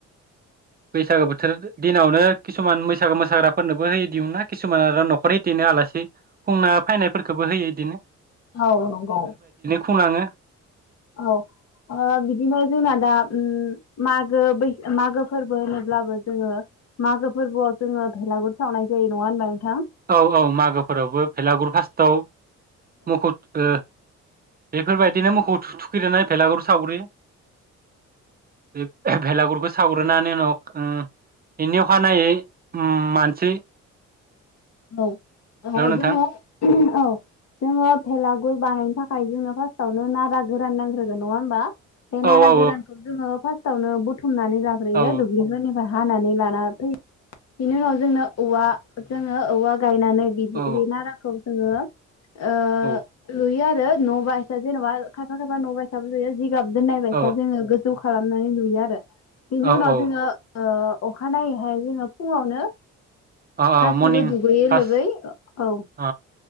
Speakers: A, on the right; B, on the left.
A: बैसागु बोथोर दिनावनो किसुमान बैसागो मोसाग्राफोरनोबो होयो दिहुन ना किसुमान आरो न'खर हखर बिदिनो आलासि खुंना फैनायफोरखौबो होयो बिदिनो
B: औ नंगौ
A: खुंलाङो
B: औ बिदिनो जोंना दा मागो बै मागो फोरबो होनोब्लाबो जोंङो मागो फोरबोआव जोंङो भेलागुर सावनाय जायो नंङा होनबा नोंथां
A: औ औ मागोफोरावबो फेलागुर फास्ट दाव बेफोरबायदिनो मोखौ थुख्रोनानै भेलागुर सावग्रोयो बे भेलागुरखौ सावग्रोनानै उनाव ओ बेनि अखानायै ओ मानसि
B: औ
A: हेलौ नोंथां
B: जों औ जोंङो भेलागुर बानायनो थाखाय जोंनो फार्स्टआवनो नारा गोरान नांग्रोगोन नंङा होमबा बे नारा
A: औ औ
B: गोरानखौ जोंङो फार्स्ट यावनो बुथुमनानै खुमनानै लाग्रोयो
A: औ
B: दुब्लिफोरनिबा हानानै लाना फैयो बिनि उनाव जोंनो औवा जों औ गायनानै बि
A: औ
B: नाराखौनोरोखोम जोंयो आ
A: औ
B: लुइया न' बायसा जेनबा खायफा खायफा न गाब दोन नायबायसा
A: औ
B: जोंङो गोजौखौ खालामनानै लुयो आरो बिनि
A: औ
B: उनाव
A: औ
B: जोंङो अखानायैहाय जोंङो फुङावनो
A: अ मरनिं
B: सैबो दुगैयै
A: फार्स्ट
B: लोबै औ
A: अ